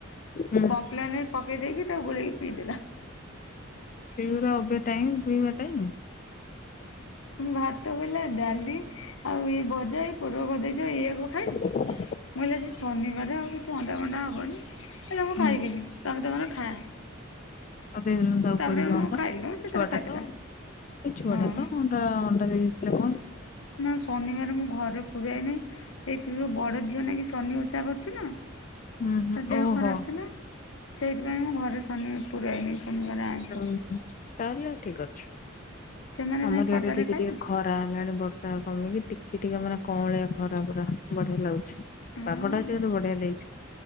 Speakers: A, on the left; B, on the left.
A: ହୁଁ
B: କଂପ୍ଲେନ୍ ରେ ପକେଇ ଦେଇକି ତାକୁ ଗୋଳେଇକି ପିଇଦେଲା।
A: ହେଇଗୁରା ଅବେ ଟାଇମ ପିଇବା ଟାଇମ।
B: ଭାତ ବୋଇଲା ଡାଲି ଆଉ ଇଏ ଭଜା ପୋଟଳ କରିଦେଇଚ ଇଏଆକୁ
A: <inaudible>
B: ଖା ମୁଁ କହିଲି ଆଜି ଶନିବାର ଆଉ କିଛି ଅଣ୍ଡା ଫଣ୍ଡା ହବନି। କହିଲା ମୁଁ
A: ହୁଁ
B: ଖାଇବିନି ତମେ ତମର ଖା।
A: ଆଉ ଦେଇଦେଲୁନି ତାକୁ
B: ତାପରେ
A: କରିକି ଅଣ୍ଡା।
B: ମୁଁ ଖାଇଲୁ ସେ
A: ଛୁଆ
B: ତାର ଖାଇଦେଲା।
A: ଟା ତ ଏଇ ଛୁଆ
B: ହଁ
A: ଟା ତ କଣ। <unintelligible> ଅଣ୍ଡା ଦେଇ ଦେଇଥିଲେ। <unintelligible>
B: ନା ଶନିବାରେ ମୁଁ ଘରେ ପୁରାଏନି। ଏଇଥି ଯଉ ବଡ଼ ଝିଅ ନାଗି ଶନି ଓଷା କର କରୁଚି ନା। ତା
A: ହୁଁ ହୁଁ
B: ଦେହ
A: ଓହୋ।
B: ଖରାପ ଥିଲା। ସେଇଥିପାଇଁ ମୁଁ ଘରେ ଶନି ପୁରାଏନି ଶନିବାରେ ଆଇଁଷ।
A: ଓହୋ ତାହେଲେ ଠିକ୍ ଅଛି।
B: ସେମାନେ
A: ଆମର
B: ଯାଇ ପଦାରେ
A: ଇଆଡେ ଟିକେ
B: ଖାଇବେ।
A: ଟିକେ ଖରା ଖରା ହେଲାଣି ବର୍ଷା କମିକି। ଟିକେ ଟିକେ ମାନେ କଆଁଳିଆ ଖରା ପୁରା ବଢିଆ ଲାଗୁଛି।
B: ଉଁ
A: ପାଗଟା ଆଜି କିନ୍ତୁ ବଢ଼ିଆ ଦେଇଚି।